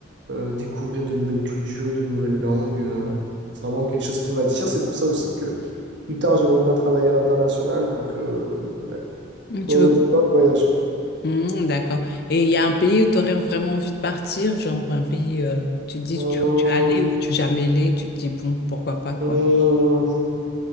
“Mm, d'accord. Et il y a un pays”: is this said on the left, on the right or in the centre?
Left